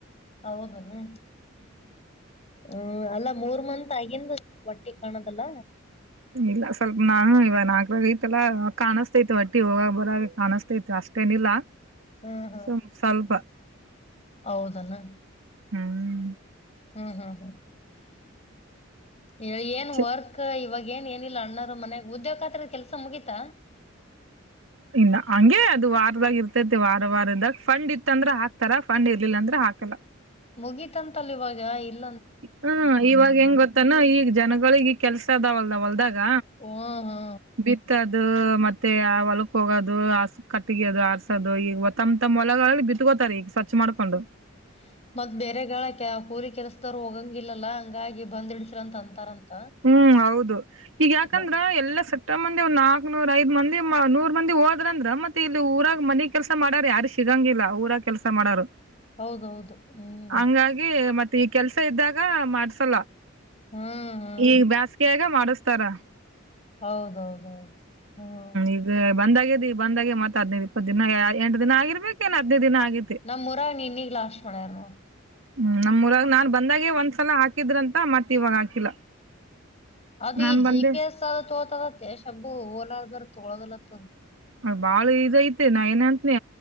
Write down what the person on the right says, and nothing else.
ಇಲ್ಲ ಸ್ವಲ್ಪ ನಾನು ಇವ ನಾಕ ಐತಲ್ಲ ಕಾಣಿಸಸ್ತಾ ಇತ್ತು ಒಟ್ಟಿ ಹೋಗಾಗ ಬರಾಗ ಕಾಣಿಸಸ್ತಾ ಅಷ್ಟೇನಿಲ್ಲ
ಸ್ವಲ್ಪ ಸ್ವಲ್ಪ
ಹ್ಮ್
ಚ
ಇಲ್ಲ ಹಂಗೆ ಅದು ವಾರದಾಗ ಇರ್ತೈತಿ ವಾರ ವಾರದಾಗ ಫಂಡ್ ಇತ್ತಂದ್ರೆ ಹಾಕ್ತಾರ ಫಂಡ್ ಇರ್ಲಿಲ್ಲ ಅಂದ್ರೆ ಹಾಕಲ್ಲ
ಹ ಇವಾಗ ಹೆಂಗ್ ಗೊತ್ತಾನ ಈಗ ಜನಗಳಿಗೆ ಈ ಕೆಲ್ಸ ಅದಾವಲ್ ಹೊಲದಾಗ ಗ
ಬಿತ್ತದು ಮತ್ತೆ ಆ ಹೊಲಕ್ ಹೋಗೋದು ಹ ಕಟ್ಟಗದು ಆರ್ಸೋದು ಈಗತ್ತಮ್ ತಮ್ ಹೊಲಗಳಲ್ಲಿ ಬಿತ್ಕೋತಾರೆ ಈಗ ಖಚ್ ಮಾಡಕೊಂಡು
ಹ್ಮ್ ಹೌದು ಈಗ ಯಾಕಂದ್ರ
ಎಲ್ಲಾ ಸತ್ಯ ಇಷ್ಟ ಮಂದಿ್ ನಾಕಕ್ನೂರ ಐದ ಮಂದಿ ನೂರ್ ಮಂದಿ ಹೋದ್ರ ಅಂದ್ರ ಮತ್ತೆ ಇಲ್ಲಿ ಊರಾಗ ಮನಿ ಕೆಲಸ ಮಾಡಾರ ಯಾರ ಸಿಗ ಸಿಗಂಗಿಲ್ಲ ಊರ ಕೆಲಸ ಮಾಡೋರು
ಹಂಗಾಗಿ ಮತ್ತೆ ಈ ಕೆಲ್ಸ ಇದ್ದಾಗ ಮಾಡ್ಸಲ್ಲ
ಈಗ ಬೇಸ್ಗೆಯಾಗ ಮಾಡಸ್ತಾರ
ಈಗ ಬಂದಾಗ್ಯದ ಬಂದಾಗೆ ಮಾತಾ್ೇ್ ಇಪ್ಪತ್ತು ದಿನ ಎಂಟ ದಿನ ಆಗರ್ಬೇಕ ಏನ್ ಹದಿನೈದು ದಿನ ಆಗೇತಿ
ಹ್ಮ್ ನಮ್ಮೂರಾಗ ನಾನ್ ಬಂದಾಗೆ ಒಂದ್ಸಲ ಹಾಕಿದ್ರಂತ ಮತ್ತೆ ಇವಾಗ ಹಾಕಿಲ್ಲ
ನಾನ್
ಬಂದೆ
ಬಾಳ ಈಸ ಐತಿ ನಾ ಏನ್ ಅಂತನಿ